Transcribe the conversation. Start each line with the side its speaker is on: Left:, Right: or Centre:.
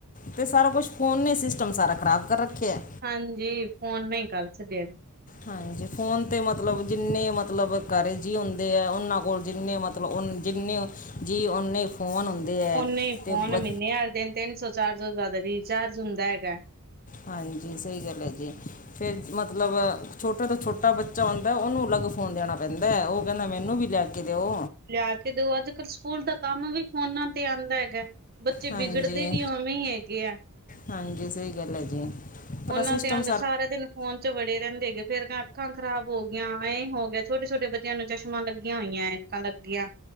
Left: ਤੇ ਸਾਰਾ ਕੁਛ ਫੋਨ ਨੇ ਸਿਸਟਮ ਸਾਰਾ ਖਰਾਬ ਕਰ ਰੱਖਿਆ।
Right: ਹਾਂਜੀ, ਫੋਨ ਨਹੀਂ ਕਰ ਛੱਡਿਆ।
Left: ਹਾਂਜੀ, ਫ਼ੋਨ ਤੇ ਮਤਲਬ ਜਿੰਨੇ ਮਤਲਬ ਘਰੇ ਜੀ ਹੁੰਦੇ ਹੈ, ਉਹਨਾਂ ਕੋਲ ਜਿੰਨੇ ਮਤਲ ਜਿਨੇ ਜੀਅ ਉਨੇ ਫੋਨ ਹੁੰਦੇ ਹੈ
Right: ਓਨੇ ਹੀ ਫੋਨ
Left: ਤੇ ਬ
Right: ਮਹੀਨੇ ਵਾਲੇ ਦਿਨ ਤਿੰਨ ਸੌ, ਚਾਰ ਸੌ, ਤੋਂ ਜ਼ਿਆਦਾ ਰਿਚਾਰਜ ਹੁੰਦਾ ਹੈਗਾ।
Left: ਹਾਂਜੀ, ਸਹੀ ਗੱਲ ਹੈ ਜੀ। ਫੇਰ ਮਤਲਬ ਛੋਟੇ ਤੋਂ ਛੋਟਾ ਬੱਚਾ ਹੁੰਦਾ ਉਹਨੂੰ ਅਲੱਗ ਫੋਨ ਦੇਣਾ ਪੈਂਦਾ, ਉਹ ਕਹਿੰਦਾ ਮੈਨੂੰ ਵੀ ਲੈ ਲੈ ਕੇ ਦਿਓ।
Right: ਲਿਆ ਕੇ ਦਿਓ, ਅੱਜ ਕੱਲ੍ਹ ਸਕੂਲ ਦਾ ਕੰਮ ਵੀ ਫ਼ੋਨਾਂ ਤੇ ਆਂਦਾ ਹੈਗਾ। ਬੱਚੇ
Left: ਹਾਂਜੀ
Right: ਵਿਗੜਦੇ ਵੀ ਉਵੇਂ ਹੀ ਹੈਗੇ ਆ।
Left: ਹਾਂਜੀ, ਸਹੀ ਗੱਲ ਹੈ ਜੀ। ਪਰ
Right: ਫ਼ੋਨਾਂ
Left: ਸਿਸਟਮ
Right: ਤੇ ਆਉਂਦਾ ਸਾਰਾ ਦਿਨ, ਫ਼ੋਨ ਚ ਵੜੇ ਰਹਿੰਦੇ ਹੈਗੇ ਫੇਰ ਅੱਖਾਂ ਖ਼ਰਾਬ ਹੋ ਗੀਆਂ ਐ ਹੋ ਗਿਆ ਛੋਟੇ ਛੋਟੇ ਬੱਚਿਆਂ ਨੂੰ ਚਸ਼ਮਾਂ ਲੱਗੀਆਂ ਹੋਈਆਂ ਐ। ਕਾ ਲੱਗੀਆਂ,